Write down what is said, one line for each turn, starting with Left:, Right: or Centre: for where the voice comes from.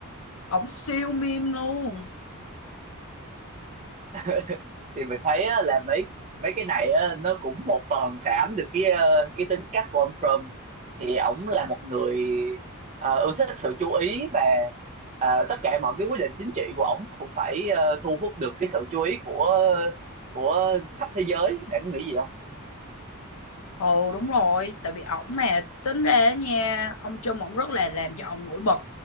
Left: ổng siêu meme luôn
Right: <laughs> thì mình thấy á, là mấy mấy cái này á, nó cũng một phần phản ánh được cái ờ, cái tính cách của ông Trump thì ổng là một người ờ, ưa thích sự chú ý và ờ, tất cả mọi cái quyết định chính trị của ổng cũng phải ờ, thu hút được cái sự chú ý của của khắp thế giới bạn nghĩ gì không
Left: Ừ đúng rồi, tại vì ổng mà tính ra á nha, ông Trump ổng rất là làm cho ông nổi bật.